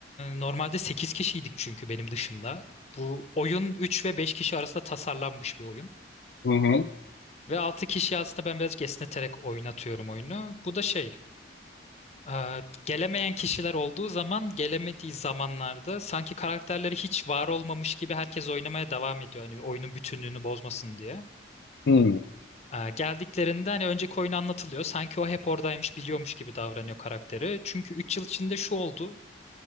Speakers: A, on the left; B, on the left.
A: normalde 8 kişiydik çünkü benim dışımda. Bu oyun 3 ve 5 kişi arasında tasarlanmış bir oyun.
B: Hı hı.
A: Ve 6 kişi aslında ben birazcık esneterek oynatıyorum oyunu. Bu da şey, e, gelemeyen kişiler olduğu zaman gelemediği zamanlarda sanki karakterleri hiç var olmamış gibi herkes oynamaya devam ediyor. Hani oyunun bütünlüğünü bozmasın diye.
B: Hmm,
A: E, geldiklerinde hani önceki oyun anlatılıyor. Sanki o hep oradaymış biliyormuş gibi davranıyor karakteri. Çünkü 3 yıl içinde şu oldu.